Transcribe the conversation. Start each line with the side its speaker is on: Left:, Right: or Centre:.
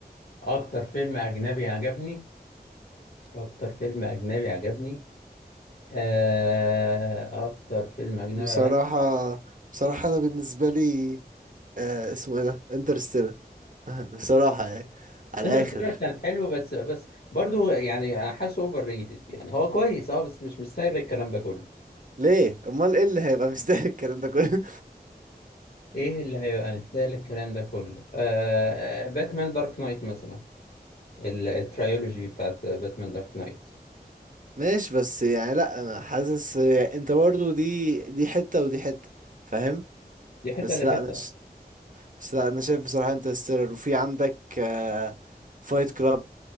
Left: اكتر فيلم اجنبي عجبني اكتر فيلم اجنبي عجبني آه، اكتر فيلم اجنبي
Right: بصراحه
Left: عجبني
Right: بصراحه انا بالنسبه لي آه اسمه ايه ده انترستيلر <laughs> بصراحه يعني على
Left: انترستيلر
Right: الاخر
Left: كان حلو بس بس برضو يعني أنا حاسه اوفر ريتد يعني هو كويس اه بس مش مستاهل الكلام ده كله
Right: ليه امال ايه اللي هيبقى مستاهل الكلام ده كله
Left: ايه اللي هيبقى مستاهل الكلام ده كله آه باتمان دارك نايت مثلا ال- الترايولوجي بتاعت باتمان دارك نايت
Right: <laughs> ماشي بس يعني لا انا حاسس يعني انت برضو دي دي حتة ودي حتة فاهم
Left: دي حته
Right: بس
Left: دي
Right: لا
Left: حته
Right: انا ش... بس لا انا شايف بصراحة انت ستيلر وفي عندك آه... فايت كلاب